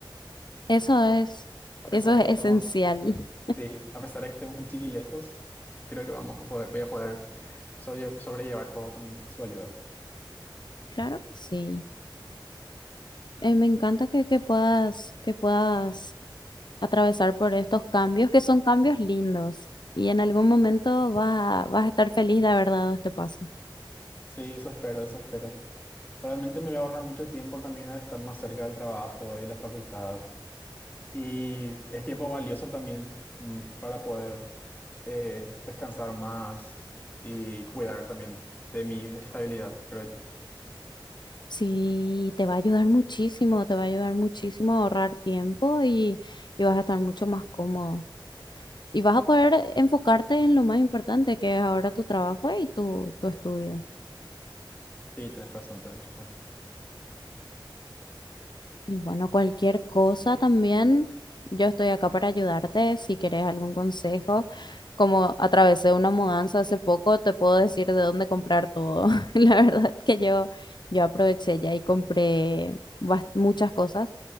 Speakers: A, on the left (about 60°); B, on the left (about 20°).
A: Eso es,
B: a
A: eso
B: pesar
A: es
B: de que estemos,
A: esencial.
B: sí, a pesar de que estemos un chiqui lejos, creo que vamos a poder, voy a poder sobrelle- sobrellevar todo con su ayuda.
A: Claro que sí. Eh, me encanta que, que puedas, que puedas atravesar por estos cambios, que son cambios lindos. Y en algún momento vas a, vas a estar feliz de haber dado este paso.
B: Sí, eso espero, eso espero. Realmente me voy a ahorrar mucho tiempo también al estar más cerca del trabajo y la facultad. Y es tiempo valioso también mm, para poder eh, descansar más y cuidar también de mi estabilidad, creo yo.
A: Sí, te va a ayudar muchísimo, te va a ayudar muchísimo a ahorrar tiempo y, y vas a estar mucho más cómodo. Y vas a poder enfocarte en lo más importante, que es ahora tu trabajo y tu, tu estudio.
B: Sí, tenés razón, tenés razón.
A: Y bueno, cualquier cosa también, yo estoy acá para ayudarte. Si querés algún consejo, como atravesé una mudanza hace poco, te puedo decir de dónde comprar todo. <laughs> La verdad que yo, yo aproveché ya y compré bas- muchas cosas.